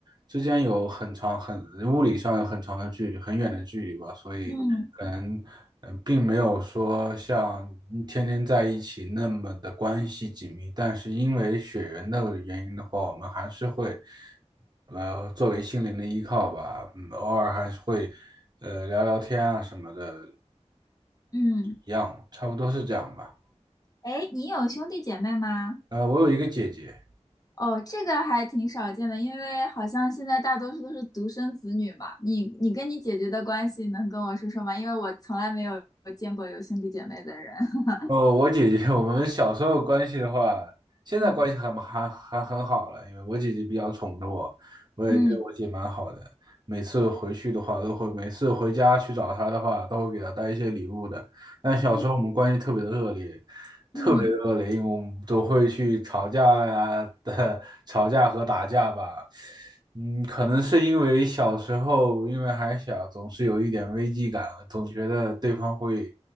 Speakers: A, on the right; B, on the left.
A: 之间有很长、很物理上有很长的距离、很远的距离吧，所以可能嗯，
B: 嗯
A: 并没有说像天天在一起那么的关系紧密。但是因为血缘的原因的话，我们还是会呃作为心灵的依靠吧，嗯，偶尔还是会呃聊聊天啊什么的，
B: 嗯。
A: 一样，差不多是这样吧。
B: 哎，你有兄弟姐妹吗？
A: 呃，我有一个姐姐。
B: 哦，这个还挺少见的，因为好像现在大多数都是独生子女嘛。你你跟你姐姐的关系能跟我说说吗？因为我从来没有见过有兄弟姐妹的人。<laughs>
A: 哦，我姐姐，<laughs> 我们小时候关系的话，现在关系还还还很好了，
B: 嗯
A: 因为我姐姐比较宠着我，我也对我姐蛮好的。
B: 嗯
A: 每次回去的话，都会每次回家去找她的话，都会给她带一些礼物的。但小时候我们关系特别的恶劣，
B: 嗯
A: 特别的恶劣，
B: 嗯
A: 因为我们都会去吵架呀、<laughs> 吵架和打架吧。嗯，可能是因为小时候，因为还小，总是有一点危机感，总觉得对方会